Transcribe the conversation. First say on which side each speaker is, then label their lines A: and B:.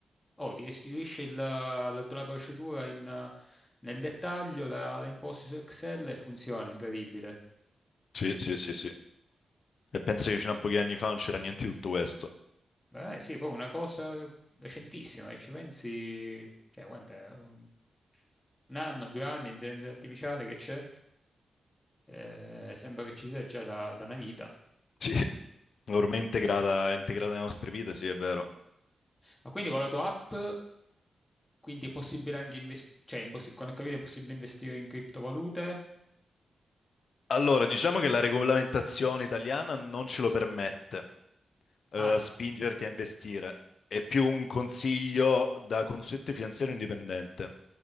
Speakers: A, on the left (about 20°); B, on the left (about 70°).
A: Oh, ti restituisce il- la tua procedura in, eh, nel dettaglio, la, la imposti su Excel e funziona, incredibile.
B: sì, sì, sì, sì. E penso che fino a pochi anni fa non c'era niente di tutto questo.
A: Beh, sì, poi una cosa recentissima, e ci pensi, cioè, quant'è? Un anno, due anni, l'intelligenza artificiale che c'è, Eh, sembra che ci sia già da da una vita.
B: Sì. Ormai è ormai integrata, è integrata nelle nostre vite, sì, è vero.
A: Ma quindi con la tua app, quindi è possibile anche investire, cioè, è impossi- quando ho capito è possibile investire in criptovalute?
B: Allora, diciamo che la regolamentazione italiana non ce lo permette, eh,
A: Ah,
B: spingerti a investire. È più un consiglio da consulente finanziario indipendente.